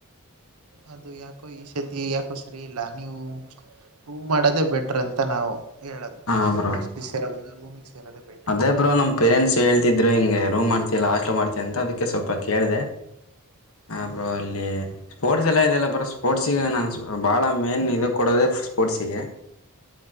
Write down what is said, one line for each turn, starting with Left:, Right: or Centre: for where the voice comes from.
Right: ಅದು ಯಾಕೋ ಈ ಸತಿ ಯಾಕೋ ಸರಿ ಇಲ್ಲ ನೀವು. ರೂಂಮ್ ಮಾಡದೇ ಬೆಟ್ರ ಅಂತ ನಾವು. ಹೇಳೋದು
Left: ಹಾ ಬ್ರೋ
Right: ಹಾಸ್ಟ್ಲಿಗೆ ಸೇರೋ ಬದಲು ರೂಮಿಗೆ ಸೇರೋದೇ ಬೆಟ್ರು
Left: ಅದೇ
Right: ಅಂತ
Left: ಬ್ರೋ ನಮ್ ಪೇರೆಂಟ್ಸ್ ಹೇಳ್ತಿದ್ರು ಹಿಂಗೆ ರೂಮ್ ಮಾಡ್ತಿಲ್ಲ ಹಾಸ್ಟೆಲು ಮಾಡ್ತ ಅಂತ ಅದಕ್ಕೆ ಸ್ವಲ್ಪ ಕೇಳಿದೆ. ಹಾ
Right: ಹ್ಮ್
Left: ಬ್ರೊ ಅಲ್ಲಿ ಸ್ಪೋರ್ಟ್ಸ್ ಎಲ್ಲ ಇದೆಯಲ್ಲ ಬ್ರೊ ಸ್ಪೋರ್ಟ್ಸಿಗೆ ನಾನು ಬಹಳ ಮೇನ್ ಇದು ಕೊಡೋದೇ ಸ್ಪೋರ್ಟ್ಸಿಗೆ.